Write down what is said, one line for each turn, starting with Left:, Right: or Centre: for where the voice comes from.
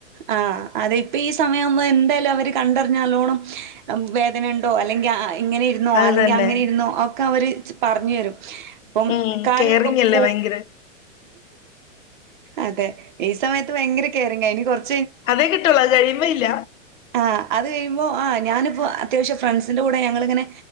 Right: ആ അതെ ഇപ്പൊ ഈ സ- സമയാവുമ്പെന്തായാലും അവര് കണ്ടറിഞ്ഞ് നല്ലോണം വേദന ഉണ്ടോ അല്ലെങ്കിൽ അ ഇങ്ങനെ ഇരുന്നോ
Left: അത്
Right: അല്ലെങ്കിൽ
Left: തന്നെ
Right: അങ്ങനെ ഇരുന്നോ ഒക്കെ അവര് പറഞ് തരും ഇപ്പം
Left: ഉം
Right: കാലുക
Left: കെയറിങ് അല്ലേ
Right: പൊ
Left: ഭയങ്കര
Right: അതെ ഈ സമയത്ത് പ്പം ഭയങ്കര കെ കെയറിങ്ങാ ഇനി കുറച്ച്
Left: അതെ കിട്ടളൂ അത്കഴിയുമ്പോ ഇല്ല
Right: ആഹ് അത് കഴിയുമ്പോൾ ആ ഞാനിപ്പോൾ അത്യാവശ്യം ഫ്രണ്ട്സിൻ്റെ കൂടെ ഞങ്ങളിങ്ങനെ